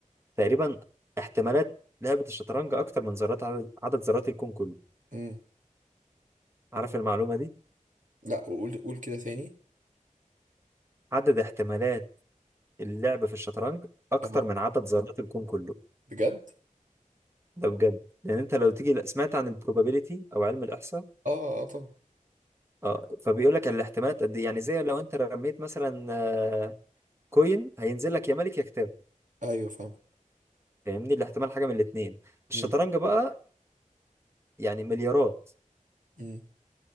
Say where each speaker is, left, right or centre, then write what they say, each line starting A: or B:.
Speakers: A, on the right (about 20°); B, on the right (about 65°).
A: تقريبا احتمالات لعبه الشطرنج اكتر من ذرات عدد, عدد ذرات الكون كله
B: امم
A: عارف المعلومه دي
B: لا قول قول كده ثاني
A: عدد احتمالات اللعب في الشطرنج اكتر
B: اه
A: من عدد ذرات الكون كله
B: بجد
A: ده بجد لان انت لو تيجي لا، سمعت عن البروبابيليتي او علم الاحصاء
B: اه اه طبعا
A: اه فبيقول لك الاحتمالات قد ايه يعني زي لو انت رميت مثلا آه، كوين هينزل لك يا ملك يا كتاب
B: ايوه فاهم
A: فاهمني الاحتمال حاجه من الاثنين الشطرنج
B: امم
A: بقى يعني مليارات
B: امم